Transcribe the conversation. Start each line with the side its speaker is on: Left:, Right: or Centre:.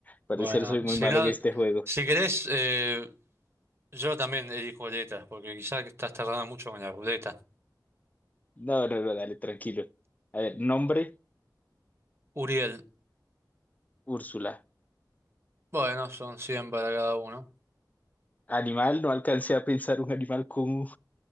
Left: Parecer
Right: Bueno,
Left: soy muy
Right: si,
Left: malo
Right: no,
Left: en este juego.
Right: si querés, eh, yo también elijo letras, porque quizás estás tardando mucho con la ruleta.
Left: No, no, no, dale, tranquilo. A ver, nombre,
Right: Uriel.
Left: Úrsula.
Right: Bueno, son 100 para cada uno.
Left: Animal, no alcancé a pensar un animal con U.